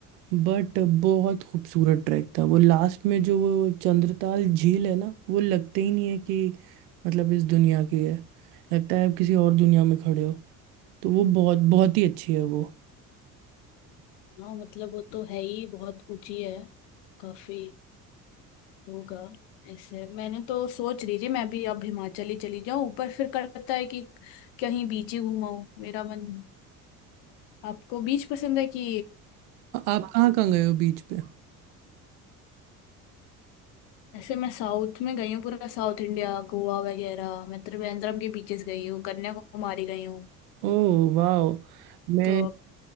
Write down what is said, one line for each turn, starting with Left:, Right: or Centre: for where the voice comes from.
Right: बट बहुत खूबसूरत ट्रैक था वो लास्ट में जो वो चंद्रताल झील है ना वो लगते ही नहीं है कि मतलब इस दुनिया की है लगता है आप किसी और दुनिया में खड़े हो तो वो बहुत बहुत ही अच्छी है वो
Left: हाँ मतलब वो तो है ही बहुत ऊंची है काफी होगा ऐसे मैंने तो सोच रही थी मैं भी अब हिमाचल ही चली जाऊं पर फिर करता है कि कहीं बीच ही घुमाऊं मेरा मन आपको बीच पसंद है कि
Right: आ- आप कहाँ कहाँ गए हो बीच पे
Left: ऐसे मैं साउथ में गई हूँ पूरा साउथ इंडिया गोवा वगैरह मैं त्रिवेंद्रम के बीचेस गई हूँ कन्याकुमारी गई हूँ
Right: ओह वाह मैं
Left: तो